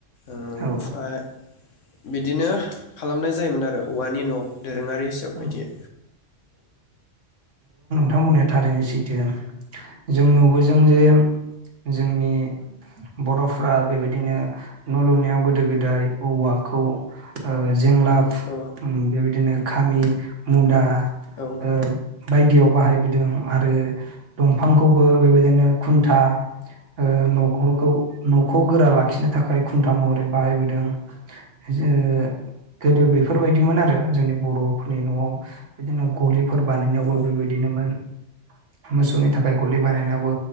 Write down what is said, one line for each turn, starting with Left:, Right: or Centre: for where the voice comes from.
Left: ओमफाय
Right: औ
Left: बिदिनो खालामनाय जायोमोन आरो औवानि न' दोरोङारि हिसाब बायदियै।
Right: औ थां बुंनाया थारैनो सैथो जों नुबोजों जे जोंनि बड'फ्रा बेबायदिनो न' लुनायाव गोदो-गोदाय औवाखौ ओ जेंलाब
Left: औ
Right: ओम बेबायदिनो खामि मुदा
Left: औ
Right: ओ बायदियाव बाहायबोदों। आरो दंफांखौबो बेबायदिनो खुनथा ओ न'खरखौ न- खौ गोरा लाखिनो थाखाय खुनथा महरै बाहायबोदों। जो गोदो बे फोरबायदिमोन आरो जोंनि बर'फोरनि न'आव बिदिनो ग'लि फोर बानायनायावबो
Left: औ
Right: बेबायदिनोमोन मोसौनि थाखाय ग'लि बानायनायावबो